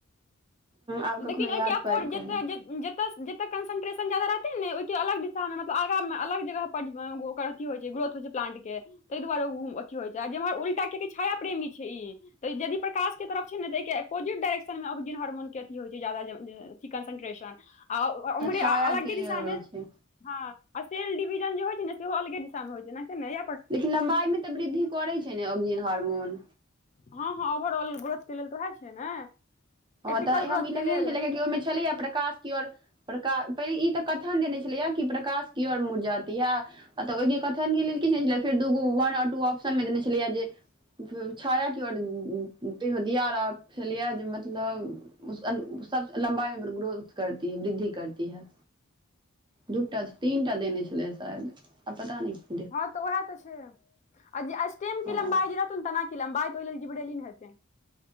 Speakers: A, on the right; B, on the left.
A: आब
B: देखिन
A: कखनो
B: न
A: याद
B: <unintelligible>
A: पाइक कहू
B: त कंसन्ट्रेशन ज्यादा रहतै ने ओहि के अलग दिशा मे मतलब आगा मे अलग जगह पर में ओकर अथी होइ छै ग्रोथ होइ छै प्लांट के ताहि दुआरे ओ अथी होइ छै आ जेम्हर उल्टा कियाकि छाया प्रेमी छै ई तऽ यदि प्रकाश तरफ छै ने तऽ एक अपोजि डायरेक्शन में। मोन कियाकी होइ छै ज्यादा जे जे अथि कंसंट्रेशन आ ओमरे
A: छाया
B: अलगे
A: के
B: दिशा
A: होइ
B: में
A: छै
B: हँ। आ सेल डिविजन जे होइ छै ने से ओ अलगे दिशा में होइ छैना हि
A: लेकिन लम्बाई मे तऽ वृद्धि करै छै ने ऑक्जिन हार्मोन
B: हँ हँ ओवर आउल ग्रोथ के लेल तऽ वेहे छै ने
A: हँ
B: एपिकल
A: तऽ ई हम
B: ग्रोथ
A: ई लगेने
B: के लेल
A: छलियै कियाकी ओहिमे छलैया प्रकाश कर प्रका <unintelligible> श पहिले ई तऽ कथन देने छलै हा कि प्रकाश की ओर मुर जाति है आ तऽ ओहिके कथन लेल किछु नहि छलै, फेर दू गो वन आ टू ऑप्शनमे देने छलियै जे। छाया की <unintelligible> र दिया मतलब ओ सब सँ लम्बाई मे ग्रोथ करती है वृद्धि करती है दूटा तीनटा देने छलै शायद आब पता न
B: हँ तऽ उएह तऽ छै आ जे स्टेम के
A: हँ
B: लम्बाई तन तनाकी लम्बाई तोहि जिबड़ेेलीन हेतै।